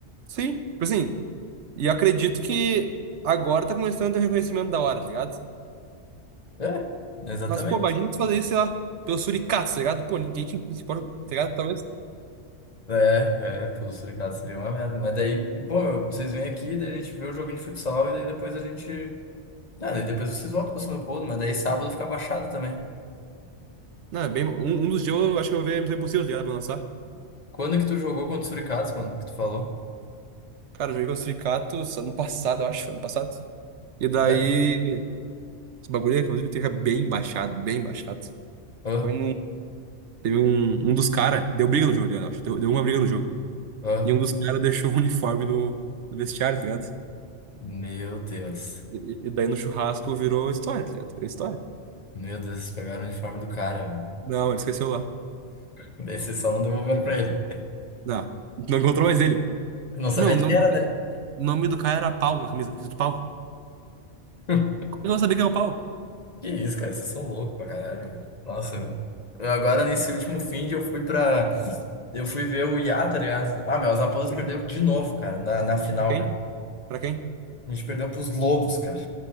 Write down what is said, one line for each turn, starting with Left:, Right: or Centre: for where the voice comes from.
Right: Sim, tipo assim, e eu acredito que agora tá começando a ter um reconhecimento da hora, tá ligado?
Left: É, exatamente.
Right: Mas, pô, imagina tu fazer isso, sei lá, pelos suricatos, tá ligado? Pô, ninguém te se importa, tá ligado? Talvez.
Left: É, é, pelo sindicato seria uma merda. Mas daí, pô, meu, vocês vêm aqui, daí a gente vê o joguinho de futsal e daí depois a gente. Ah, e depois vocês voltam pra São Leopoldo, mas daí sábado fica baixado também.
Right: Não, é bem, um, um dos dias eu acho que eu vou ver a Missão Impossível, tá ligado? Pra lançar.
Left: Quando que tu jogou contra o Suricatos, mano? Que tu falou?
Right: Cara, eu joguei com os suricatos ano passado, eu acho, ano passado. E daí,
Left: É?
Right: esse bagulho, inclusive, teve bem baixado, bem baixado.
Left: Ah,
Right: Foi num. Teve um, um dos caras, deu briga no jogo, tá ligado? eu acho, deu, deu uma briga no jogo.
Left: ah.
Right: E um dos caras deixou o uniforme no, no vestiário, tá ligado?
Left: Meu Deus.
Right: E, e daí no churrasco virou história, tá ligado? Virou história.
Left: Meu Deus, vocês pegaram o uniforme do cara, velho.
Right: Não, ele esqueceu lá.
Left: Daí vocês só não devolveram pra ele.
Right: Não, não encontrou mais ele.
Left: Não sabia
Right: Meu, o nome
Left: de que era,
Right: do,
Left: né?
Right: o nome do cara era Pau na camisa. Escrito Pau.
Left: <laughs>
Right: Como eu vou saber quem é o Pau?
Left: Que isso, cara, vocês são loucos pra caralho, velho. Nossa, eu agora nesse último fim de eu fui pra. Eu fui ver o Iá, tá ligado? Ah, meu, os Raposas perderam de novo, cara, na, na final,
Right: Pra quem?
Left: meu.
Right: Pra quem?
Left: A gente perdeu pros Lobos, cara.